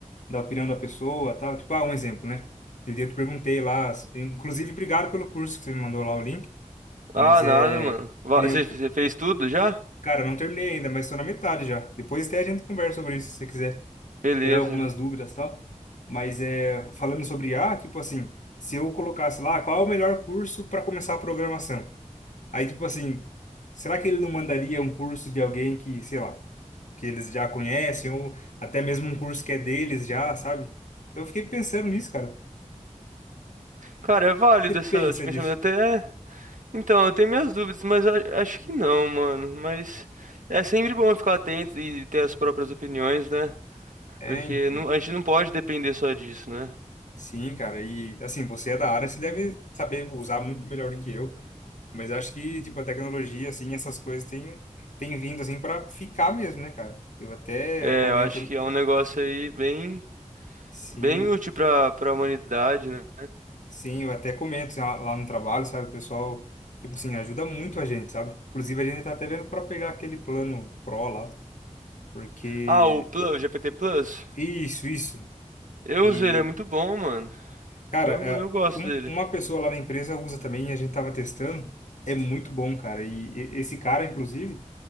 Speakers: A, on the left; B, on the right.
A: da opinião da pessoa, tal? Tipo, ah, um exemplo, né? Aquele dia eu te perguntei lá, inclusive obrigado pelo curso que você me mandou lá o link,
B: Ah,
A: mas é
B: nada, mano. Va-
A: que nem
B: Você
A: eu,
B: você fez tudo já?
A: Cara, eu não terminei ainda, mas estou na metade já. Depois até a gente conversa sobre isso, se você quiser
B: Beleza.
A: tirar algumas dúvidas e tal. Mas é, falando sobre IA, tipo assim, se eu colocasse lá, qual é o melhor curso para começar a programação? Aí, tipo assim, será que ele não mandaria um curso de alguém que, sei lá, que eles já conhecem, ou até mesmo um curso que é deles já, sabe? Então eu fiquei pensando nisso, cara.
B: Cara, é válido
A: Você
B: essa-
A: pensa
B: esse pensamento
A: disso?
B: até. Então, eu tenho minhas dúvidas, mas a- acho que não, mano. Mas é sempre bom ficar atento e ter as próprias opiniões, né?
A: É,
B: Porque
A: então.
B: não- a gente não pode depender só disso, né?
A: Sim, cara. E assim, você é da área, você deve saber usar muito melhor do que eu. Mas eu acho que, tipo, a tecnologia, assim, essas coisas têm, têm vindo, assim, para ficar mesmo, né, cara? Eu até
B: É,
A: comento,
B: eu acho que é um negócio aí bem,
A: sim,
B: bem útil pra, pra humanidade, né?
A: sim, eu até comento assim, lá lá no trabalho, sabe? O pessoal, tipo assim, ajuda muito a gente, sabe? Inclusive, a gente tá até vendo para pegar aquele plano Pro lá, porque...
B: Ah, o Plus, o GPT Plus.
A: Isso, isso.
B: Eu
A: E,
B: uso ele, é muito bom, mano.
A: cara,
B: Eu,
A: é,
B: eu gosto
A: um-
B: dele.
A: uma pessoa lá na empresa usa também, a gente tava testando, é muito bom, cara. E e- esse cara, inclusive,